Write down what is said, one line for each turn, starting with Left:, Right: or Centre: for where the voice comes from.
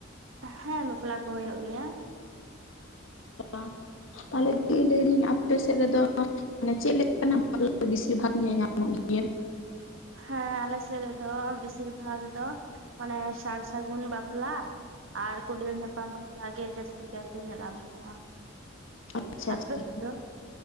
Right: ᱦᱮᱸ ᱵᱟᱯᱞᱟ ᱠᱚ ᱦᱩᱭᱩᱜ ᱜᱮᱭᱟ
Left: ᱟᱪᱪᱷᱟ ᱛᱟᱦᱚᱞᱮ ᱫᱤ ᱞᱟᱹᱭᱫᱟᱹᱧ ᱟᱯᱮ ᱥᱮᱫ ᱨᱮᱫᱚ ᱢᱟᱱᱮ ᱪᱮᱫ ᱞᱮᱠᱟᱱᱟᱜ ᱵᱟᱯᱞᱟ ᱵᱮᱥᱤᱨ ᱵᱷᱟᱜᱽ ᱧᱮᱞ ᱧᱟᱢᱚᱜ ᱜᱮᱭᱟ
Right: ᱦᱮᱸ ᱟᱞᱮ ᱥᱮᱫ ᱨᱮᱫᱚ ᱵᱮᱥᱤᱨ ᱵᱷᱟᱜᱽ ᱫᱚ ᱚᱱᱮ ᱥᱟᱨ ᱥᱟᱹᱜᱩᱱ ᱵᱟᱯᱞᱟ ᱟᱨ ᱠᱩᱸᱰᱮᱞ ᱧᱟᱯᱟᱢ ᱵᱟᱯᱞᱟ ᱜᱮ ᱡᱟᱹᱥ ᱡᱟᱹᱥᱛᱤ ᱠᱟᱭᱛᱮ ᱧᱮᱞᱟᱢᱚᱜᱼᱟ
Left: ᱟᱪᱪᱷᱟ ᱟᱪᱪᱷᱟ
Right: ᱟᱯᱮ ᱥᱮᱫ ᱫᱚ?